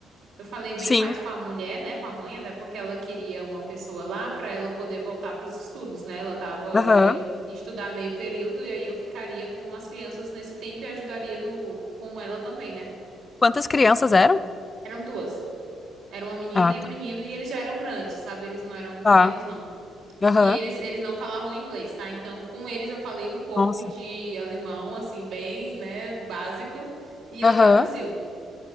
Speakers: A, on the right (about 75°); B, on the left (about 30°).
A: eu falei bem
B: Sim,
A: mais com a mulher, né, com a mãe, até porque ela queria uma pessoa lá para ela poder voltar para os estudos, né? Ela tava,
B: aham.
A: ela ia estudar meio período e aí eu ficaria com as crianças nesse tempo e ajudaria no com ela também, né?
B: Quantas crianças eram?
A: Eram duas. Era uma menina
B: Ah,
A: e um menino e eles já eram grandes, sabe? Eles não eram pequenos,
B: tá,
A: não.
B: aham.
A: E eles, eles não falavam inglês, tá? Então, com eles eu falei um pouco
B: Nossa,
A: de alemão, assim, bem, né, básico, e ela
B: aham.
A: traduziu.